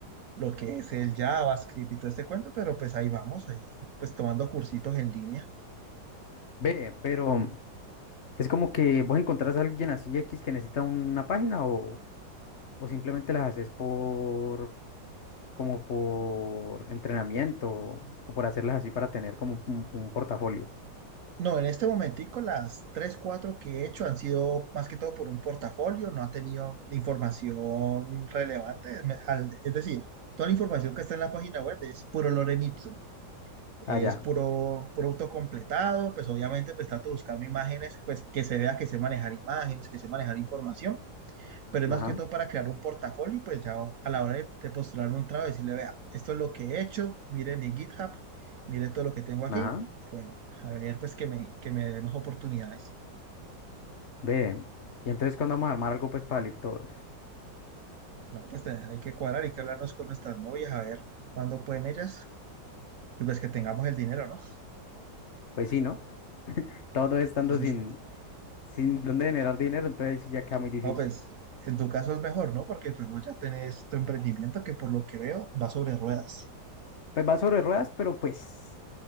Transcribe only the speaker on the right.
lo que es el JavaScript y todo este cuento, pero pues ahí vamos, ahí pues tomando cursitos en línea.
No, en este momentico las tres, cuatro que he hecho han sido más que todo por un portafolio, no ha tenido información relevante. Es me- al- es decir, toda la información que está en la página web es puro lorem ipsum, es
puro, puro autocompletado, pues obviamente pues trato de buscarme imágenes, pues que se vea que sé manejar imágenes, que sé manejar información pero es
más que todo para crear un portafolio, pues ya a la hora de, de postularme un trabajo, decirle, vea, esto es lo que he hecho, mire mi GitHub, mire todo lo que tengo aquí,
bueno, a ver, pues que me, que me dé más oportunidades.
No, pues te- hay que cuadrar, hay que hablarnos con nuestras novias, a ver cuándo pueden ellas, y pues que tengamos el dinero, ¿no?
Entonces,
no, pues en tu caso es mejor, ¿no? Porque pues vos ya tenés tu emprendimiento que por lo que veo va sobre ruedas.